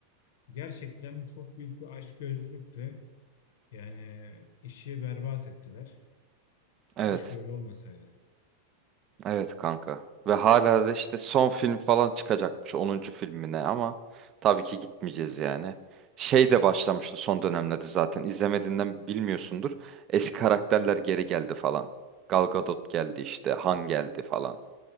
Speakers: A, on the left; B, on the right.
A: gerçekten çok büyük bir açgözlülükle yani işi berbat ettiler.
B: evet.
A: Keşke öyle olmasaydı.
B: Evet kanka. Ve hala da işte son film falan çıkacakmış. onuncu filmine ama tabii ki gitmeyeceğiz yani. Şey de başlamıştı son dönemlerde zaten. İzlemediğinden bilmiyorsundur. Eski karakterler geri geldi falan. Gal Gadot geldi işte. Han geldi falan.